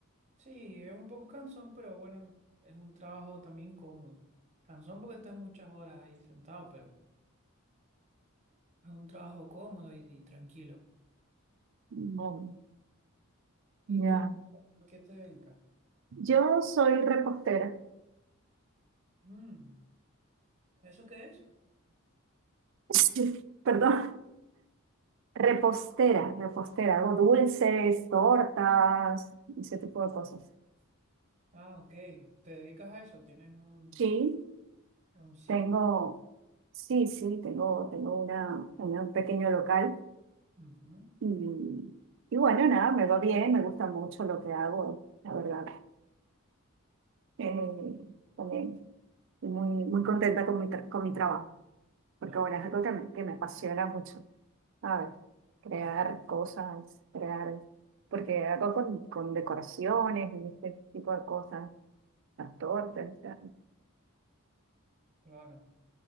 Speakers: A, on the right; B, on the right.
A: Sí, es un poco cansón, pero bueno, es un trabajo también cómodo. Cansón porque estás muchas horas ahí sentado, pero es un trabajo cómodo y, y tranquilo.
B: Bueno,
A: ¿Y
B: ya.
A: tú a qué te dedicas?
B: Yo soy repostera. <laughs>
A: Mm, ¿eso qué es?
B: Sí, perdón. Repostera, repostera, hago dulces, tortas,
A: Mm.
B: ese tipo de cosas.
A: Ah, ok. ¿Te dedicas a eso? ¿Tienes un,
B: Sí,
A: un sitio?
B: tengo, sí, sí, tengo, tengo una, una- un pequeño local
A: Ujú,
B: y, y bueno, nada, me va bien, me gusta mucho lo que hago, la verdad. Eh, también estoy muy, muy contenta con mi, tra- con mi trabajo, porque
A: Claro.
B: bueno, es algo que me, que me apasiona mucho. A ver, crear
A: Mm,
B: cosas, crear, porque hago con, con decoraciones y este tipo de cosas. las tortas. la-
A: claro.